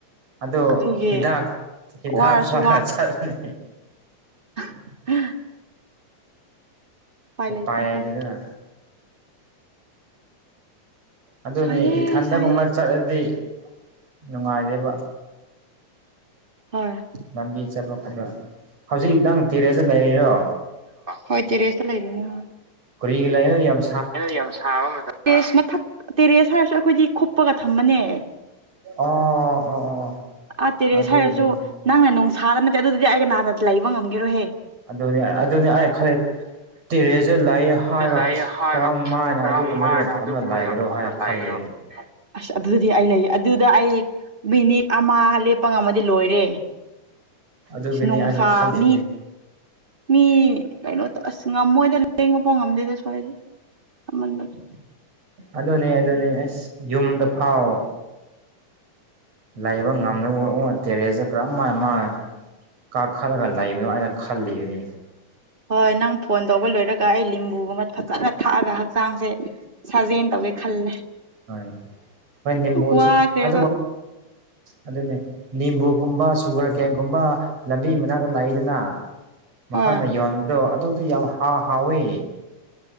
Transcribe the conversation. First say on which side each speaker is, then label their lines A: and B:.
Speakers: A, on the right (about 55°); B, on the right (about 20°).
A: ꯑꯗ
B: ꯑꯗꯨꯒꯤ
A: ꯍꯤꯗ ꯍꯤꯗꯥꯛ
B: ꯋꯥꯔꯁꯨ
A: ꯆꯔꯒ ꯆꯠꯂꯦ
B: ꯍꯥ <inaudible>
A: ꯑꯣꯄꯔꯥꯏꯗꯗꯅ
B: ꯂꯩꯇꯦ ꯍꯣꯏ
A: ꯑꯗꯨꯅꯦ
B: ꯁꯥꯏꯌꯦ
A: ꯏꯊꯟꯗꯒꯨꯝꯕ
B: ꯁꯥꯏꯌꯦ
A: ꯆꯠꯂꯗꯤ ꯅꯨꯡꯉꯥꯏꯗꯦꯕ
B: ꯍꯣꯏ
A: ꯂꯝꯕꯤ ꯆꯠꯄ ꯈꯨꯠ ꯍꯧꯖꯤꯛ ꯅꯪ ꯇꯦꯔꯦꯖ ꯂꯩꯔꯤꯔꯣ
B: ꯍꯣꯏ ꯇꯦꯔꯦꯁ ꯂꯩꯔꯤꯅꯤ ꯍꯣꯏ
A: ꯀꯔꯤꯒꯂꯩꯅ ꯑꯝ
B: ꯑꯩꯅ ꯌꯥꯝꯕ ꯇꯦꯦꯁ ꯃꯊꯛ ꯇꯦꯔꯦꯁ ꯍꯥꯏꯔꯁꯨ ꯑꯩꯈꯣꯏꯗꯤ ꯈꯞꯄꯒ ꯊꯝꯃꯅꯦ
A: ꯑꯣ ꯑꯣ ꯑꯣ
B: ꯑꯥ ꯇꯦꯔꯦꯁ
A: ꯑꯗꯨꯒꯤꯅꯤ
B: ꯍꯥꯏꯔꯁꯨ ꯅꯪꯅ ꯅꯣꯡꯁꯥꯗ ꯅꯠꯇꯦ ꯑꯗꯨꯗꯨꯗꯤ ꯑꯩꯒ ꯅꯍꯥꯟꯗ ꯂꯩꯕ ꯉꯝꯈꯤꯔꯣꯍꯦ
A: ꯑꯗꯨꯅꯤ ꯑꯗꯨꯅꯤ ꯑꯩ ꯈꯂꯛ ꯇꯦꯔꯦꯁꯨ ꯂꯑ
B: ꯈꯜꯂꯦ
A: ꯍꯥꯏꯒ
B: ꯂꯩ ꯍꯥꯏꯔꯒ
A: ꯀꯔꯝ ꯃꯥꯏꯅ
B: ꯀꯔꯝ
A: ꯑꯗꯨꯒꯨꯝꯕꯗꯨ
B: ꯍꯥꯏꯅ
A: ꯃꯐꯝꯝꯅ
B: ꯑꯗꯨꯒꯨꯝꯕꯗꯤ
A: ꯂꯩꯒꯗꯅꯣ
B: ꯃꯐꯝꯗ
A: ꯍꯥꯏꯅ
B: ꯂꯩꯒꯦꯔꯣ
A: ꯈꯜꯂꯤ
B: ꯑꯁ ꯑꯗꯨꯗꯤ ꯑꯩ ꯂꯩꯌꯦ ꯑꯗꯨꯗ ꯑꯩ ꯃꯤꯅꯤꯠ ꯑꯃ ꯂꯦꯞꯄ ꯉꯝꯃꯗꯤ ꯂꯣꯏꯔꯦ
A: ꯑꯗꯨꯒꯤꯅꯤ
B: ꯅꯨꯡꯁꯥ
A: ꯑꯩꯁꯨ ꯈꯜꯂꯤꯅꯤ
B: ꯃꯤ ꯃꯤ ꯀꯩꯅꯣꯗ ꯑꯁ ꯉꯝꯃꯣꯏꯗꯅ ꯂꯦꯡꯉꯐꯥꯎ ꯉꯝꯗꯦꯗ ꯁ꯭ꯋꯥꯏꯗꯦꯟꯕꯒꯤ
A: ꯑꯗꯨꯅꯦ ꯑꯗꯨꯅꯦ ꯑꯁ ꯌꯨꯝꯗ ꯐꯥꯎ ꯂꯩꯕ ꯉꯝꯅꯕ ꯎꯛꯑꯣ ꯇꯦꯔꯦꯁꯁ ꯀꯔꯝ ꯍꯥꯏꯥꯏꯅ ꯃꯥ ꯀꯥꯈꯠꯂꯒ ꯂꯩꯕꯅꯣ ꯑꯩꯅ ꯈꯜꯂꯤꯕꯅꯤ
B: ꯍꯣꯏ ꯅꯪ ꯐꯣꯟ ꯇꯧꯕ ꯂꯣꯏꯔꯒ ꯑꯩ ꯂꯤꯕꯨꯒꯨꯝꯕ ꯐꯖꯅ ꯊꯥꯛꯑꯒ ꯍꯛꯆꯥꯡꯁꯦ ꯁꯥꯖꯅ ꯇꯧꯒꯦ ꯈꯜꯂꯦ
A: ꯑ ꯐꯟꯝ ꯄꯨꯖ
B: ꯋꯥꯈ꯭ꯔꯦꯕ
A: ꯑ ꯑꯗꯨꯅꯦ ꯅꯤꯝꯕꯨꯀꯨꯝꯕ ꯁꯨꯒꯔ ꯀꯦꯟꯒꯨꯝꯕ ꯂꯝꯕꯤ ꯃꯅꯥꯛꯇ ꯂꯥꯛꯏꯗꯅ
B: ꯍꯣꯏ
A: ꯃꯈꯣꯏꯅ ꯌꯣꯟꯕꯗꯣ ꯑꯗꯨꯗꯤ ꯌꯥꯝ ꯍꯥꯎ ꯍꯥꯎꯋ